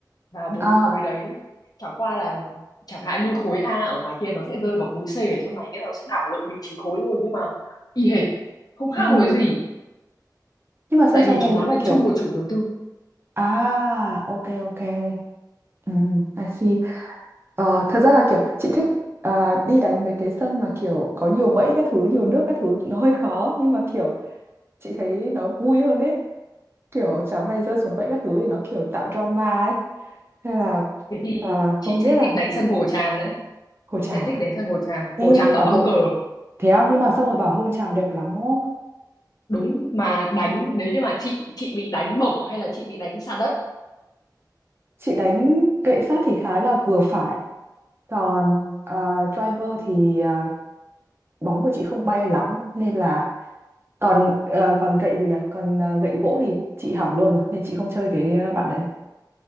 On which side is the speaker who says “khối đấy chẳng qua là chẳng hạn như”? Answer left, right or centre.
Left